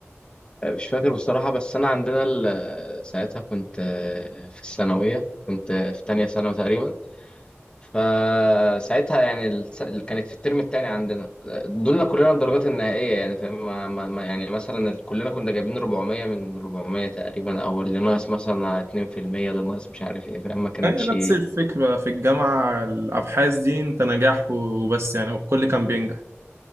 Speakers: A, on the left; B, on the right.
A: آه، مش فاكر بصراحة بس انا عندنا ال- آه، ساعتها كنت آه، في الثانوية كنت آه، في تانية ثانوي تقريبا فساعتها يعني الس- اللي كانت في الترم التاني عندنا آه، دولنا كلنا الدرجات النهائية يعني فاهم ما ما ما- يعني مثلا كلنا كنا جايبين 400 من 400 تقريبا او اللي ناقص مثلا 2% اللي ناقص مش عارف ايه فاهم ما كانتش
B: هي نفس الفكرة في الجامعة الأبحاث دي أنت نجاح وبس يعني والكل كان بينجح